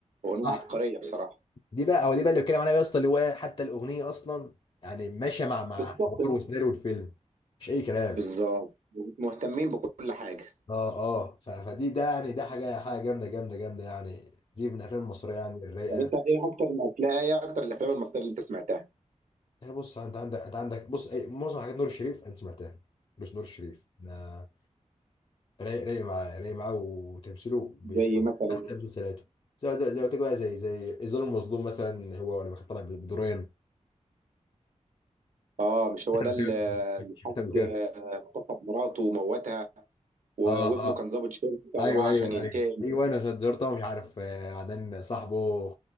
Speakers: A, on the right (about 80°); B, on the left (about 45°).
A: اغنيه
B: صح
A: عبقريه بصراحه
B: دي بقى هو دي بقى اللي بتكلم عليها بقى يا اسطى اللي هو إيه، حتى الاغنيه اصلا يعني ماشيه مع مع
A: بالظبط
B: حوار وسيناريو الفيلم مش اي كلام
A: بالظبط مهتمين بكل حاجه
B: اه اه ف- فدي ده يعني ده حاجه حاجه جامده جامده جامده يعني دي من الافلام المصريه يعني الرايقه
A: طب انت ايه اكتر الافلام ايه اكتر الافلام المصريه اللي انت سمعتها
B: يعني بص انت عندك انت عندك بص أي معظم حاجات نور الشريف انت سمعتها بص نور الشريف انا رايق رايق معاه رايق معاه وتمثيله بيعجبني.
A: زي مثلا
B: حتى مسلسلاته زي زي زي ما قلت لك بقى زي زي ظل المظلوم مثلا هو لما كان طالع بدورين
A: اه مش هو
B: حتى
A: ده
B: مكافح
A: اللي اللي حد
B: حتى مكافح
A: آه، اغتصب مراته وموتها و-
B: اه
A: وابنه
B: اه
A: كان ضابط شرطه
B: ايوه
A: وراح
B: ايوه
A: عشان ينتقم
B: ايوه ايوه انا عشان زرته مش عارف آه، بعدين صاحبه